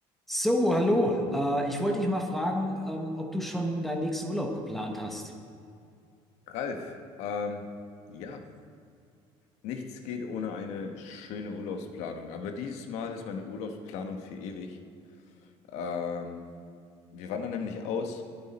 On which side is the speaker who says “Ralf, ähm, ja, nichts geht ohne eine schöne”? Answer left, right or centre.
Left